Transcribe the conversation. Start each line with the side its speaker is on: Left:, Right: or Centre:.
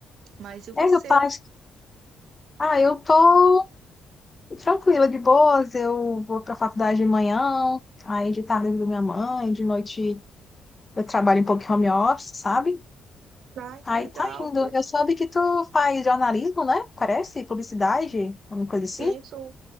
Right: Mas e você?
Left: É, meu pai. Ah, eu tô tranquila, de boas. Eu vou pra faculdade de manhã, aí de tarde eu ajudo minha mãe, de noite eu trabalho um pouco em home office, sabe?
Right: Ai, que
Left: Aí
Right: legal.
Left: tá indo. Eu soube que tu faz jornalismo, né? Parece, publicidade, alguma coisa assim.
Right: Isso,